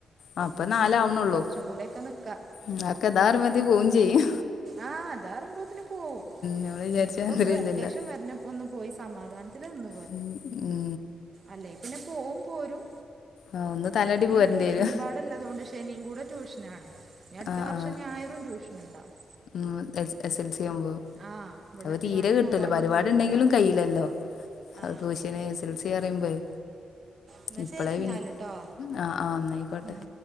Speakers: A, on the left; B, on the right.
A: ആ അപ്പൊ
B: ഉം
A: നാലാവണള്ളൂ
B: കൊറച്ചും കൂടെ ഒക്കെ നിക്കാ
A: അതൊക്കെ ദ പറയുമ്പേക്കും പോവുചെയ്യും
B: ആഹ് അതാറിയുമ്പോത്തിന് പോവും
A: നമ്മള് വിചാരിച്ച
B: എനിക്കൊക്കെ
A: മാതിരി
B: വെക്കേഷൻ
A: ഇല്ലല്ലോ
B: വര ഒന്നു പോയി സമാധാനത്തിൽ നിന്നു
A: ഉം ഉം
B: അല്ലെ പിന്നെ പോവും പോരും
A: ആ ഒന്ന് തലയാട്ടി പോരേണ്ടി
B: ഇ ട്യൂഷനും
A: വരും
B: പാടെല്ല ഇളളതുകൊണ്ട് ശനിയും കൂടെ ട്യൂഷനാണ് ഇനി അടുത്ത
A: ആ
B: വർഷം
A: ആ
B: ഞായരും ട്യൂഷൻ ഉണ്ടാവും
A: ഉം എസ് എസൽസി ആഹ് ഉമ്പോ
B: ആ ഇവിടെ
A: അവ
B: ഇട്ടുകാണ്ട്
A: തീരെ
B: പോവാനും
A: ക്ട്ട്ല്ലോ പര്പാടിണ്ടെങ്കിലും
B: തോന്നൂല
A: കയ്യില്ലല്ലോ
B: ആ
A: അപോശന്സ്‌ എൽ സി അറിമ്പോയ്
B: എന്നാ
A: ഇപ്പളെപിന്നിം
B: ശരി എന്നാല് കേട്ടോ
A: ആഹ് ആഹ് നായിക്കോട്ടെ
B: ഉം.